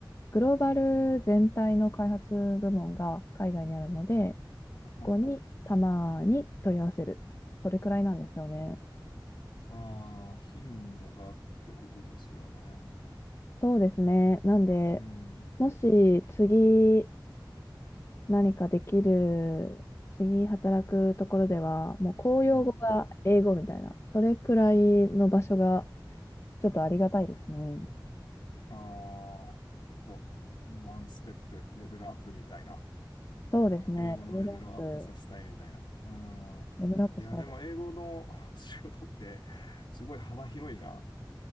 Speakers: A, on the left; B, on the left.
A: グローバル全体の開発部門が海外にあるので、
B: うんうん。はい。
A: そこにたまに問い合わせる。
B: はいはい。
A: それくらいなんですよね。
B: ああ、頻度がってことですよね。
A: そうですね。なんで、
B: うん。
A: もし次何かできる、次働くところでは、もう公用語が英語みたいな、
B: うん。うん
A: それくらいの場所がちょっとありがたいですね。
B: ああー、ちょっと、ワンステップ、レベルアップみたいな。
A: そうですね。
B: 英語のレベルをアップさせたいみたいな。
A: レベルアップ、
B: うん。
A: レベルアップしたいです。
B: いや、でも英語の <laughs> 仕事って、すごい幅広いな。